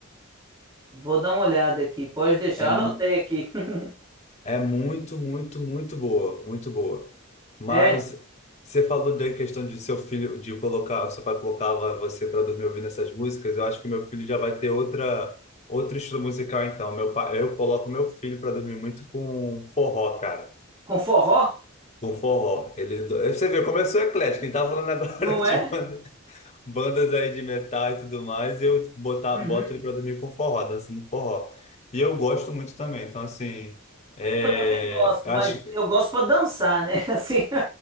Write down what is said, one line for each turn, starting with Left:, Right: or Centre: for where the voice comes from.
Right: vou dar uma olhada aqui, pode deixar,
Left: É, mu-
Right: anotei aqui. <laughs>
Left: É muito, muito, muito boa, muito boa. Mas
Right: É,
Left: você falou da questão de seu filho, de colocar, seu pai colocava você para dormir ouvindo essas músicas. Eu acho que meu filho já vai ter outra, outro estilo musical então. Meu pai, eu coloco meu filho para dormir muito com forró, cara.
Right: com forró?
Left: Com forró. Ele, você vê, começou eclético. Ele tava falando agora
Right: Não
Left: <laughs> de
Right: é?
Left: banda- bandas aí de metal e tudo mais. E eu botar,
Right: Uhum.
Left: boto ele para dormir com forró, dançando forró. E eu gosto muito também. Então, assim. É,
Right: Eu também gosto,
Left: eu
Right: mas
Left: acho,
Right: eu gosto pra dançar, né? <laughs> Assim.